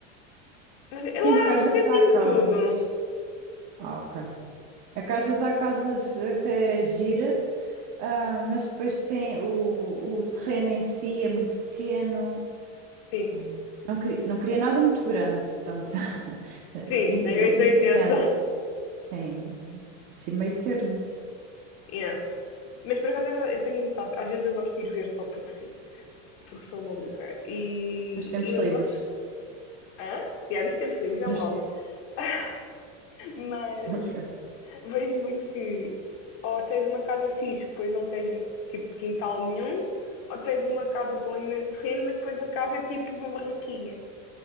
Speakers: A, on the left; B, on the right.
A: Mas é lá
B: Sim, porque às
A: um
B: vezes
A: bocadinho
B: há casas.
A: tudo.
B: Ah, ok. É que às vezes há casas até giras, ah, mas depois tem o, o terreno em si é muito pequeno.
A: Sim,
B: Hum. Não queria, não queria nada muito grande, portanto, <laughs>
A: Sim,
B: e-
A: nem 8
B: assim
A: nem 80.
B: gigante. Sim, assim meio termo,
A: Yeah. Mas por acaso é verdade, eu tenho, sabe, às vezes eu gosto de ir ver só porque sim, porque sou maluca. E,
B: nos tempos
A: e eu
B: livres.
A: noto. Hã? Yeah, dos tempos livres, é
B: Nos...
A: um hobby. <laughs> Mas
B: Ok.
A: vejo muito que ou tens uma casa fixe, depois não tens tipo quintal nenhum, ou tens uma casa com imenso terreno, mas depois a casa é tipo uma barraquinha.